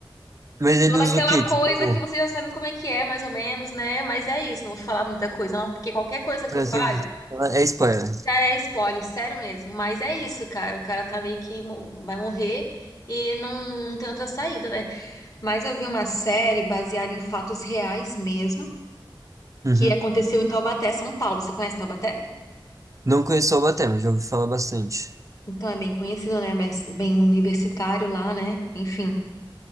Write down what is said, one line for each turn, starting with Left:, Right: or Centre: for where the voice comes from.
Right: Mas ele
Left: Toda
Right: usa
Left: aquela
Right: o quê?
Left: coisa
Right: Tipo,
Left: que você já sabe como é que é, mais ou menos, né? Mas é isso, não vou falar muita coisa, não, porque qualquer coisa que
Right: pra
Left: eu fale
Right: quê? É spoiler.
Left: já é spoiler, sério mesmo. Mas é isso, cara. O cara tá meio que mo- vai morrer e não, não tem outra saída, né? Mas eu vi uma série baseada em fatos reais mesmo,
Right: Uhum.
Left: que aconteceu em Taubaté, São Paulo. Você conhece Taubaté?
Right: Não conheço o Batman, já ouvi falar bastante.
Left: Então é bem conhecido, né? Mas Bem universitário lá, né? Enfim.